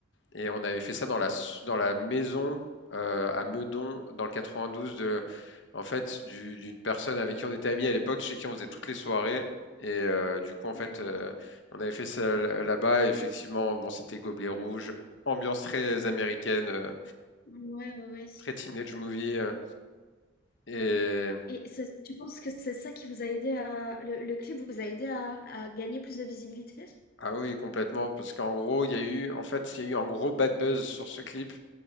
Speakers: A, on the left (about 70°); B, on the left (about 50°).
A: Et on avait fait ça dans la, dans la maison euh, à Meudon, dans le 92, de, en fait, du- d'une personne avec qui on était amis à l'époque, chez qui on faisait toutes les soirées. Et euh, du coup, en
B: d'accord,
A: fait, euh, on avait fait ça l- là-bas. Et effectivement, bon, c'était gobelet rouge, ambiance très américaine, euh,
B: ouais, ouais, ouais.
A: très teenage movie. euh, et
B: Et ça- tu penses que c'est ça qui vous a aidé à... Le, le clip vous a aidé à, à gagner plus de visibilité?
A: ah oui, complètement, parce qu'en gros, il y a eu, en fait, il y a eu un gros bad buzz sur ce clip